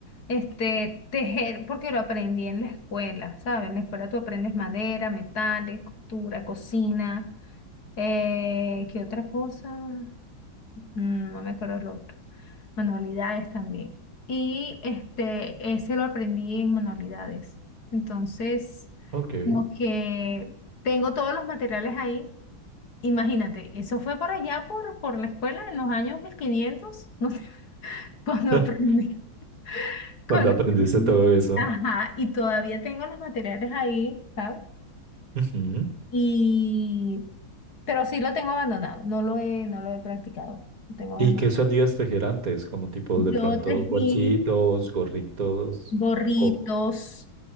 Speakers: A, on the left (about 55°); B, on the right (about 45°).
A: Este, tejer, porque lo aprendí en la escuela, ¿sabes? En la escuela tú aprendes madera, metales, costura, cocina, eh, ¿qué otra cosa? Mm, no me acuerdo el otro. Manualidades también. Y este, ese lo aprendí en manualidades. Entonces,
B: Ok.
A: lo que tengo todos los materiales ahí. Imagínate, eso fue por allá, por, por la escuela, en los años 1500 <laughs> cuando
B: <laughs>
A: aprendí, <laughs>
B: Cuando
A: cuando
B: aprendiste
A: aprendí.
B: todo eso?
A: Ajá, y todavía tengo los materiales ahí, ¿sabes?
B: Ujú.
A: Y, pero sí lo tengo abandonado, no lo he, no lo he practicado, lo tengo abandonado.
B: ¿Y qué solías tejer antes? Como tipo de
A: Yo
B: pronto
A: tejí
B: bolsitos, gorritos
A: gorritos,
B: o...